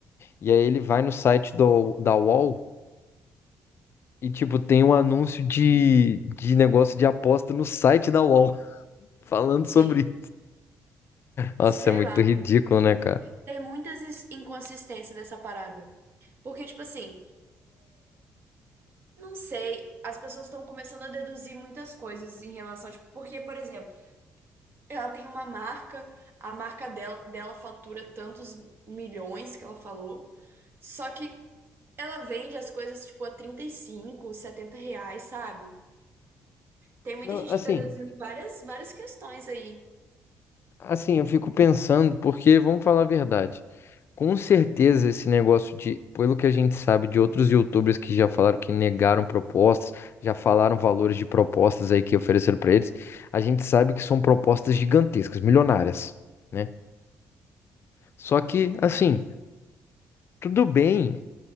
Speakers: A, on the left; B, on the right.
A: E aí ele vai no site do, da UOL e, tipo, tem um anúncio de, de negócio de aposta no site da UOL <laughs> falando
B: Sim,
A: sobre. Nossa,
B: sei
A: é muito
B: lá,
A: ridículo,
B: mano.
A: né, cara?
B: Tem muitas is- inconsistências dessa parada. Porque, tipo assim, Não sei, as pessoas estão começando a deduzir muitas coisas em relação, tipo, porque, por exemplo, ela tem uma marca, a marca dela, dela fatura tantos milhões que ela falou, só que ela vende as coisas, tipo, a 35, 70 reais, sabe? Tem muita
A: Não,
B: gente
A: assim,
B: que tá deduzindo várias, várias questões aí.
A: assim, eu fico pensando, porque vamos falar a verdade. Com certeza, esse negócio de, pelo que a gente sabe de outros YouTubers que já falaram que negaram propostas, já falaram valores de propostas aí que ofereceram para eles, a gente sabe que são propostas gigantescas, milionárias, né? Só que, assim, tudo bem,